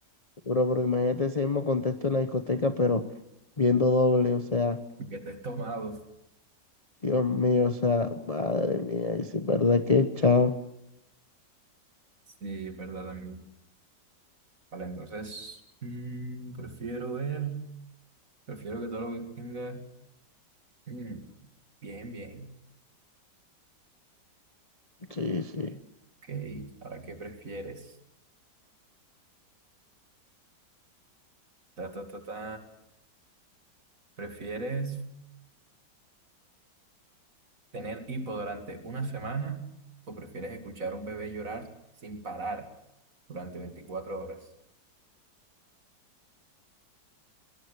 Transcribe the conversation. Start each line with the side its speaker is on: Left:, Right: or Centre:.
Left: Bro, pero imagínate ese mismo contexto en la discoteca, pero viendo doble, o sea,
Right: Que estés tomado.
Left: Dios mío, o sea, madre mía, y si es verdad que chao.
Right: Sí, es verdad también. Vale, entonces, mm, prefiero ver, prefiero que todo lo que tenga. mm, bien, bien.
Left: Sí, sí.
Right: Ok, ¿ahora qué prefieres? Ta, ta, ta, ta. ¿Prefieres tener hipo durante una semana o prefieres escuchar a un bebé llorar sin parar durante 24 horas?